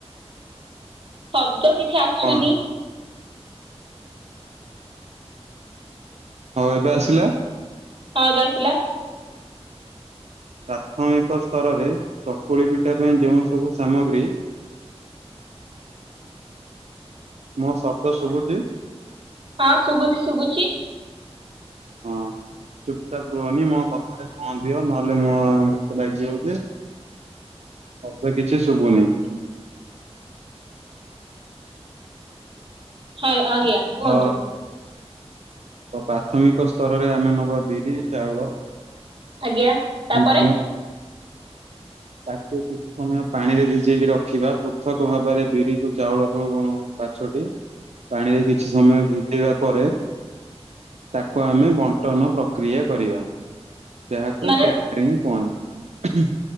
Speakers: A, on the right; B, on the right.
A: ଶବ୍ଦ କିଛି ଆସୁନି।
B: କଣ ହଁ ଏବେ ଆସିଲା।
A: ହଁ ଏବେ ଆସିଲା।
B: ପ୍ରାଥମିକ ସ୍ତରରେ ଚକୁଳି ପିଠା ପାଇଁ ଯେଉଁ ସବୁ ସାମଗ୍ରୀ ମୋ ଶବ୍ଦ ଶୁଭୁଛି।
A: ହଁ ଶୁଭୁଚି, ଶୁଭୁଚି।
B: ହଁ। ଚୁପଚାପ ରୁହନି, ମୋ କଥାରେ ହଁ ଦିଅ, ନହେଲେ ମୋ ମତେ ଲାଗିବ ଯେ ଅପେ କିଛି ଶୁଭୁନି।
A: ହଁ, ଆଜ୍ଞା। କୁହନ୍ତୁ
B: ତ, ତ ପ୍ରାଥମିକ ସ୍ତରରେ ଆମେ ନବା ବିରି, ଚାଉଳ।
A: ଆଜ୍ଞା। ତାପରେ
B: ମୁଗ, ତାକୁ କିଛି ସମୟ ପାଣିରେ ଭିଜେଇକି ରଖିବା, ପୃଥକ ଭାବରେ ବିରିକୁ, ଚାଉଳକୁ ଉମ୍ ପାଛୋଟି, ପାଣିରେ କିଛି ସମୟ ଭି ଜେଇବା ପରେ, ତାକୁ ଆମେ ବଣ୍ଟନ ପ୍ରକ୍ରିୟା କରିବା। ଯାହାକୁ
A: ମାନେ
B: ଗାଇଣ୍ଡ୍ରିଙ୍ଗ କୁହନ୍ତି।